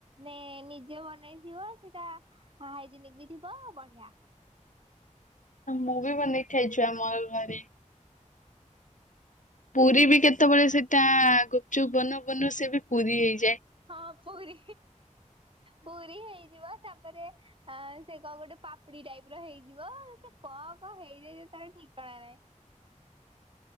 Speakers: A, on the right (about 40°); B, on the left (about 70°).
A: ନେ ନିଜେ ବନେଇଥିବ ସେଟା ହାଇଜେନିକ ବି ଥିବ ବଢିଆ।
B: ମୁଁ ବି ବନେଇକି ଖାଇଚୁ ଆମର ଘରେ। ପୁରୀବି କେ କେତେବେଳେ ସେଟା ଗୁପଚୁପ ବନଉ ବନଉ ସେ ବି ପୁରୀ ହେଇ
A: ହଁ ପୁରୀ ପୁରୀ ହେଇଯିବ। ତାପରେ ଆ ସେ କଣ ଗୋଟେ ପାପୁଡି ଟାଇପର ହେଇ ଥିବ ସେ କଣ କଣ ହେଇ ହେଇ ତାର ଠିକଣା ନାଇଁ।